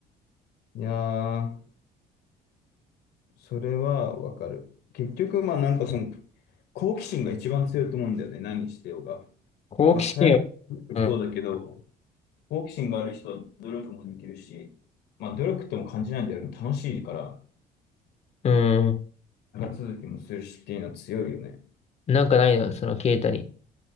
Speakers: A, on the left; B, on the left.
A: いやー、それはわかる。結局、まあなんかその、好奇心が一番強いと思うんだよね、何してようが。
B: 好奇心を、
A: まあ才能もそうだけど、
B: うん、
A: 好奇心がある人は努力もできるし、まあ努力とも感じないんだよね、楽しいから、
B: うん、
A: 長続きもするしっていうのは強いよね。
B: なんかないの、そのケイタに。